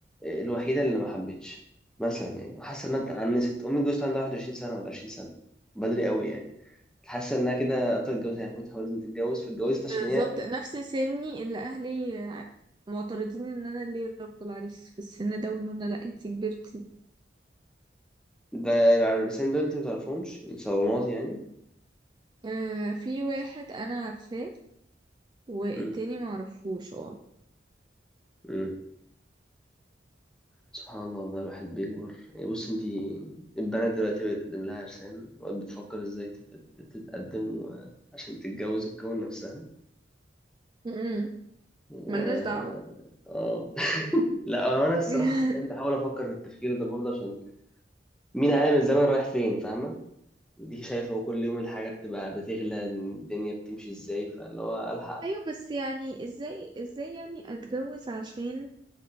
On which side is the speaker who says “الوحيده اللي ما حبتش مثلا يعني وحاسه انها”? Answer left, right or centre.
Centre